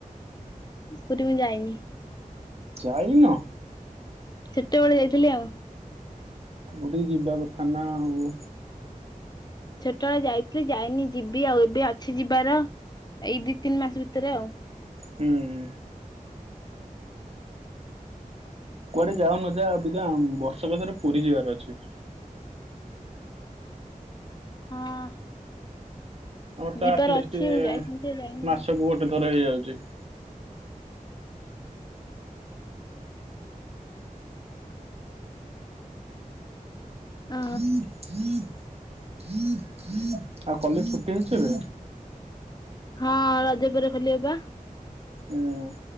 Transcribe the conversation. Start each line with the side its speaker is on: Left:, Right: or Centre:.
Left: ପୁରୀ ମୁଁ ଯାଇନି।
Right: ଯାଇନ?
Left: ସେତେବେଳେ ଯାଇଥିଲି ଆଉ।
Right: ପୁରୀ ଯିବା କଥା ନା ଆଉ
Left: ଛୋଟବେେଳେ ଯାଇଥିଲି ଯାଇନି ଯିବି ଆଉ ଏବେ ଅଛି ଯିବାର ଏଇ ଦି ତିନି ମାସ ଭିତରେ ଆଉ।
Right: ହୁଁ ଉଁ କୁଆଡେ ଯାଉନ ଯା ବର୍ଷକେଥରେ ପୁରୀ ଯିବାର ଅଛି।
Left: ହଁ,
Right: ଆମର ତ
Left: ଯିବାର
Right: ଆଟଲିଷ୍ଟ
Left: ଅଛି ମୁଁ ଯାଇଥାନ୍ତି ଯେ ଯାଇନି
Right: ମାସକୁ
Left: ଆଉ।
Right: ଗୋଟେ ଥର ହେଇଯାଉଛି <inaudible>
Left: ଅ
Right: ହୁଁ ହୁଁ <inaudible> ଆଉ କଲେଜ ଛୁଟି ହେଇଛି ଏବେ
Left: ହଁ ରଜ ପରେ ଖୋଲିିବପା
Right: ଉଁ